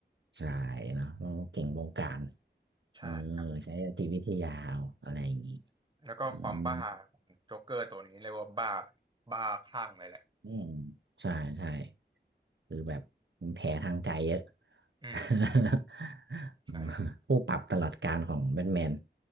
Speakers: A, on the right (about 85°); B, on the right (about 25°).
A: ใช่เนาะต้องเก่งวงการ
B: ๆใช่ครับ
A: เออใช้จิตวิทยาเอาอะไรอย่างงี้
B: แล้วก็ความบ้าของโจ๊กเกอร์ตัวนี้เรียกว่าบ้า
A: อืม
B: บ้าคลั่งเลยแหละ
A: อืมใช่ใช่คือแบบมันแผลทางใจเยอะ
B: อืม
A: <laughs> อืมผู้ปรับตลอดกาลของแบทแมน
B: ใช่